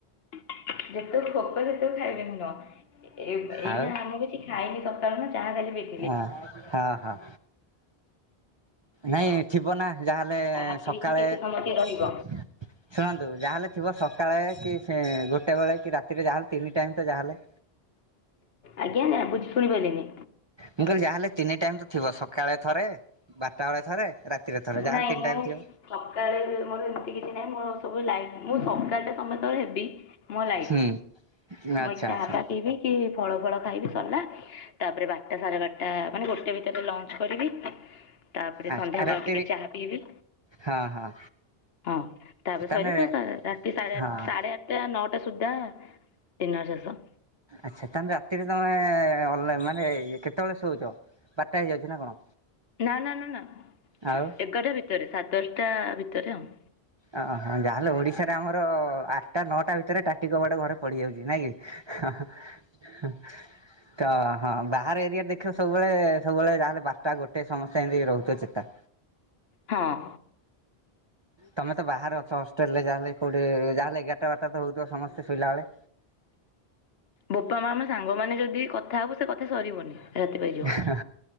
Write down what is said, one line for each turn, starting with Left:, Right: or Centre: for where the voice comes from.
Left: ଯେତେବେଳେ ଭୋକ ସେତେବେଳେ ଖାଇବେ ନୁହଁ, ଏଇନା
Right: ଆଉ
Left: ଆମେ କିଛି ଖାଇକି ସକାଳୁ ନା ଚାହା ଖାଲି ପି
Right: ଙ ହଁ ହଁ। ନାଇଁ
Left: ତ
Right: ଥିବ ନା ଯାହାହେଲେ
Left: ଚାହା ପିଇକି
Right: ସକାଳେ
Left: କେତେ ସମୟ କିଏ ରହିବ
Right: ଶୁଣନ୍ତୁ ଯାହେଲେ ଥିବ ସକାଳେ କି ସେ ଗୋଟେ ବେଳେ କି ରାତିରେ ଯାହାହେଲେ ତିନି ଟାଇମ ତ ଯାହେଲେ
Left: ଆଜ୍ଞା ବୁଝି ଶୁଣି ପାରିଲିନି।
Right: ମୁଁ କହିଲି ଯାହାହେଲେ ତିନି ଟାଇମ ତ ଥିବ, ସକାଳେ ଥରେ ବାରଟା ବେଳେ ଥରେ ରାତିରେ ଥରେ। ଯାହାହେଲେ
Left: ନାଇଁ
Right: ତିନି
Left: ମୁଁ
Right: ଟାଇମ୍ ଥିବ।
Left: ସକାଳେ ମୋର ଏମିତି କିଛି ନହିଁ ମୋ ସବୁ ଲାଇଟ, ମୁଁ ସକାଳେ ତ୍ ସମସ୍ତଙ୍କର ହେବି ମୋ ଲାଇଟ
Right: ହୁଁ
Left: ମୁ
Right: ଆଚ୍ଛା
Left: ଏଇ ଚା
Right: ଆଚ୍ଛା
Left: ଫା ପିବି କି ଫଳ ଫଳ ଖାଇବି ସରିଲା। ତାପରେ ବାରଟା ସାଢେ ବାରଟା ମାନେ ଗୋଟେ ଭିତରେ ଲଞ୍ଚ କରିବି, ତାପରେ
Right: ଆଚ୍ଛା
Left: ସନ୍ଧ୍ୟା ବଳ
Right: ରାତିରେ
Left: ଟିକେ ଚାହା ପିଇବି।
Right: ହଁ ହଁ
Left: ହଁ ତାପରେ
Right: ତାହେଲେ
Left: ସଇଲେ ସ ସା‌ ରାତି ସାଢେ
Right: ହଁ
Left: ଆଠ ସାଢେ ଆଠ ଟା ନଅଟା ସୁଦ୍ଧା ଡିନର ଶେଷ।
Right: ଆଚ୍ଛା ତାହାନେ‌ ରାତିରେ ତମେ ଅଲ ମାନେ କେତେବେଳେ ଶୋଉଛ? ବାଟା ହେଇଯାଉଛି ନା କଣ?
Left: ନା ନା ନା ନା,
Right: ଆଉ
Left: ଏଗାରଟା ଭିତରେ ସାଡ ଦଶଟା ଭିତରେ ଆଉ।
Right: ଓ ଯାହାହେଲେ ଓଡ଼ିଶାରେ ଆମର ଆଠଟା ନଅଟା ଭିତରେ ଟାଟି କବାଟ ଘରେ ପଡିଯାଉଛି ନାଇଁ କି। ହଁ ହଁ ହଁ ହଁ। ତ ହଁ ବାହାର ଏରିଆ ଦେଖିବ ସବୁବେଳେ ସବୁବେଳେ ଯାହାହେଲେ ବାରଟା ଗୋଟେ ସମସ୍ତେ ଏମିତି ରହୁଥ ଚେତା।
Left: ହଁ।
Right: ତମେ ତ ବାହାରେ ଅଛ ହଷ୍ଟେଲ ରେ ଯାହା ହେଲେ କୋଉଠି ଯାହାଲେ ଏଗାରଟା ବାରଟା ତ ହଉଥିବ ସମସ୍ତେ ଶୋଇଲା ବଳେ?
Left: ବୋପା ମା ଆମ ସାଙ୍ଗମାନେ ଯଦି କଥା ହେବୁ ସେ କଥା ସରିବନି। ରାତି ପାଇଯିବ
Right: ହେଁ